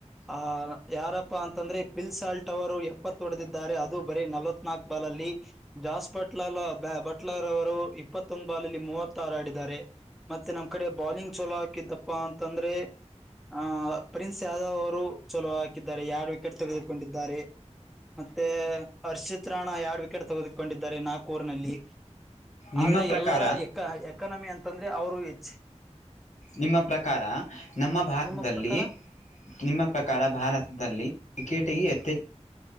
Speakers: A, in the centre; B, on the left.
A: ಆ ಯಾರಪ್ಪಾ ಅಂತಂದ್ರೆ ಪಿಲ್ಸಾಲ್ಟ್ ಅವರು ಎಪ್ಪತ್ತ ಹೊಡೆದಿದ್ದಾರೆ ಅದು ಬರೀ ನಲವತ್ ನಾಕು ಬಾಲ್ ಅಲ್ಲಿ ಜಾಸ್ತಿ ಬಟ್ಲಲ್ ಬಟ್ಲಾರ್ ಅವರು ಇಪ್ಪತ್ತೊಂದು ಬಾಲಲ್ಲಿ ಮೂವತ್ತ ಆಾರ ಆಡಿದ್ದಾರೆ ಮತ್ತೆ ನಮ್ ಕಡೆ ಬಾಲಿಂಗ್ ಚಲೋ ಹಾಕಿದ್ದಪ್ಪಾ ಅಂತಂದ್ರೆ ಆ್ ಪ್ರಿನ್ಸ್ ಯಾದವ್ ಅವರು ಚಲೋ ಹಾಕಿದ್ದಾರೆ ಎರಡು ವಿಕೆಟ್ ತೆಗೆದುಕೊಂಡಿದ್ದಾರೆ ಮತ್ತೆ ಅರ್ಷಿತ್ ರಾಣ ಎರಡ್ ವಿಕೆಟ್ ತೆಗೆದಕೊಂಡಿದ್ದೆ ಕೋರ್ನಲ್ಲಿ
B: ನಿಮ್ಮ
A: ಆದ್ರೆ
B: ಪ್ರಕಾರ
A: ಎಲ್ಲರ ಎಕ ಎಕಾನಮಿ ಅಂತಂದ್ರೆ ಅವರು ಹೆಚ್
B: ನಿಮ್ಮ ಪ್ರಕಾರ ನಮ್ಮ ಭಾರತದಲ್ಲಿ
A: ನಿಮ್ಮ ಪ್ರಕಾರ
B: ನಿಮ್ಮ ಪ್ರಕಾರ ಭಾರತದಲ್ಲಿ ಕ್ರಿಕೆಟಗೆ ಎತ್ತೆಚ್ಚ